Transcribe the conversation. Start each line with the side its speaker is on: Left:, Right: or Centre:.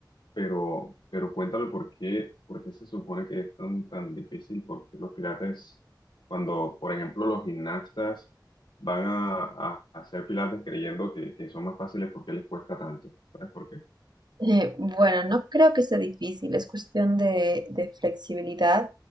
Left: pero, pero cuéntame por qué, por qué se supone que es tan, tan difícil, por qué los pilates, cuando, por ejemplo, los gimnastas van a, a hacer pilates creyendo que, que son más fáciles, ¿por qué les cuesta tanto? ¿Sabes por qué?
Right: Eh, bueno, no creo que sea difícil, es cuestión de, de flexibilidad